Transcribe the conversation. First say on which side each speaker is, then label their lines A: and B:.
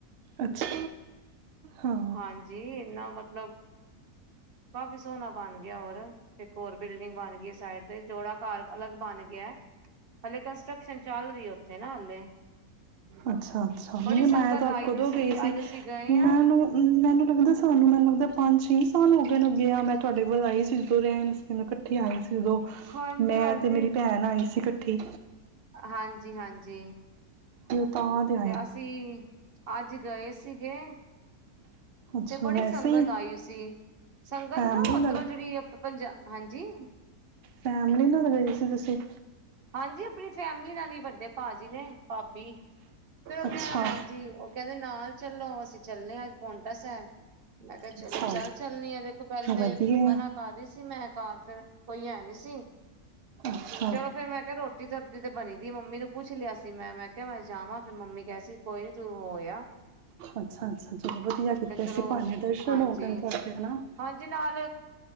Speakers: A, on the right (about 80°); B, on the right (about 45°).
A: ਅੱਛਾ, ਹਾਂ
B: ਹਾਂਜੀ, ਇਨਾ ਮਤਲਬ ਕਾਫੀ ਸੋਨਾ ਬਨ ਗੇਆ ਔਰ ਇਕ ਔਰ ਬਿਲਡਿੰਗ ਬਨ ਗੀ ਏ ਸਾਈਡ ਤੇ, ਜੋੜਾ ਘਾਰ ਅਲੱਗ ਬਨ ਗੇਐ ਹੱਲੇ ਕੰਸਟਰਕਸ਼ਨ ਚਲ ਰੀ ਏ ਓਥੇ ਨਾ ਹੱਲੇ
A: ਅੱਛਾ-ਅੱਛਾ ਨੀ
B: ਸੰਗਤ
A: ਮੈਂ ਤਾ
B: ਆਈ
A: ਕਦੋਂ
B: ਦੀ
A: ਗਈ ਸੀ,
B: ਅੱਜ ਅਸੀਂ ਗਏ ਹਾਂ।
A: ਮੈਂ ਨੂੰ ਮੈਨੂੰ ਲੱਗਦਾ ਸਾਨੂੰ ਮੈਨ ਲੱਗਦਾ ਪੰਜ ਛੇ ਸਾਲ ਓ ਗਏਆ ਮੈਂ ਤੁਆਡੇ ਵੱਲ ਆਈ ਸੀ ਜਦੋ ਰੈਣ ਤੇ ਮੈਂ ਕੱਠੇ ਆਏ ਸੀ ਉਦੋਂ,
B: ਹਾਂਜੀ
A: ਮੈਂ
B: ਹਾਂਜੀ।
A: ਤੇ ਮੇਰੀ ਭੈਣ ਆਈ ਸੀ ਕੱਠੀ
B: ਹਾਂਜੀ-ਹਾਂਜੀ।
A: ਹੁਨ ਤਾਂ ਦੇ
B: ਤੇ ਅਸੀਂ, ਅੱਜ ਗਏ ਸੀਗੇ
A: ਅੱਛਾ
B: ਤੇ ਬੜੀ
A: ਵੈਸੇ
B: ਸੰਗਤ
A: ਹੀ
B: ਆਈ ਓ ਸੀ, ਸੰਗਤ
A: ਫੈਮਲੀ
B: ਨਾ ਓਦਰੋਂ
A: ਨਾਲ
B: ਜੜੀ ਪੰਜਾ, ਹਾਂਜੀ
A: ਫੈਮਲੀ ਨਾਲ ਗਏ ਸੀ ਤੁਸੀ
B: ਹਾਂਜੀ ਅਪਨੀ ਫੈਮਲੀ ਨਾਲ ਈ ਵੱਡੇ ਭਾਜੀ ਨੇ, ਭਾਬੀ ਫੇਰ ਓ
A: ਅੱਛਾ
B: ਕੈ, ਹਾਂਜੀ ਓ ਕੈਨਦੇ ਨਾਲ ਚੱਲੋ ਅਸੀਂ ਚੱਲਨੇ ਆ ਅੱਜ ਪੌਂਟਾ ਸਾਹਿਬ ਮੈਂ ਕੇਆ
A: ਅੱਛਾ
B: ਚਲੋ ਚੱਲ ਚੱਲਨੀ ਆ ਦੇਖੋ ਪੈਲੇ ਤੇ,
A: ਵਧੀਆ
B: ਮਨਾ ਕਰ ਰਹੀ ਸੀ, ਮੈਂ ਘਰ ਫੇਰ ਕੋਈ ਐਂ ਨੀ ਸੀ
A: ਅੱਛਾ।
B: ਚਲੋ ਫੇਰ ਮੈਂ ਕੇਆ ਰੋਟੀ ਸਬਜ਼ੀ ਤੇ ਬਨੀ ਦੀ ਏ, ਮੰਮੀ ਨੂੰ ਪੁੱਛ ਲੇਆ ਸੀ ਮੈਂ, ਮੈਂ ਕੇਆ ਮੈਂ ਜਾਵਾਂ ਫੇਰ ਮੰਮੀ ਕੈਰੀ ਸੀ ਕੋਈ ਨੀ ਤੂੰ ਹੋਯਾ
A: ਅੱਛਾ-ਅੱਛਾ ਚਲੋ ਵਧੀਆ ਕੀਤੈ
B: ਚਲੋ
A: ਇਸੀ ਬਹਾਨੇ ਦਰਸ਼ਨ
B: ਹਾਂਜੀ
A: ਹੋਗੇ ਨੇ ਤੁਆਡੇ, ਹਨਾ
B: ਹਾਂਜੀ ਨਾਲ,